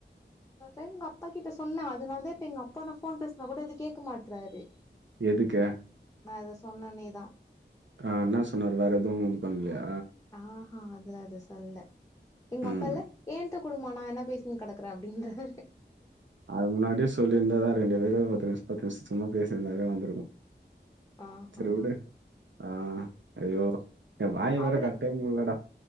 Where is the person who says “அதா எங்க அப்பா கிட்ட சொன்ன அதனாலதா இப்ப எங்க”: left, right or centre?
Left